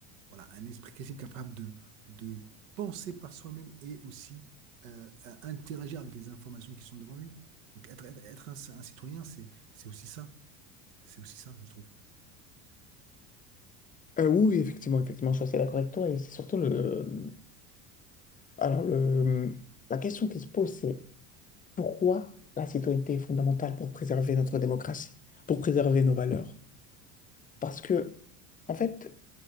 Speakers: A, on the right; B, on the left.
A: Voilà, un esprit critique capable de, de penser par soi-même et aussi euh, à interagir avec les informations qui sont devant lui. Donc être, être, être un, un citoyen, c'est, c'est aussi ça, c'est aussi ça, je trouve.
B: Euh, oui, oui, effectivement, effectivement, je suis assez d'accord avec toi. Et c'est surtout le. Alors, le... la question qui se pose, c'est pourquoi la citoyenneté est fondamentale pour préserver notre démocratie, pour préserver nos valeurs? Parce que, en fait,